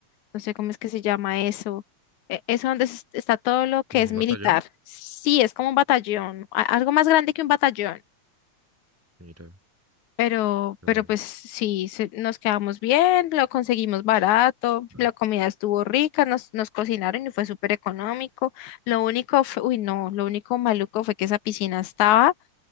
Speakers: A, on the left; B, in the centre.
A: No sé cómo es que se llama eso. E- Eso donde es- está todo lo que
B: ¿Como
A: es
B: un
A: militar.
B: batallón?
A: Sí, es como un batallón, a- algo más grande que un batallón.
B: Mira,
A: Pero,
B: no,
A: pero
B: bueno.
A: pues sí, se- nos quedamos bien, lo conseguimos barato,
B: Claro.
A: la comida estuvo rica, nos, nos cocinaron y fue súper económico. Lo único fue, uy, no, lo único maluco fue que esa piscina estaba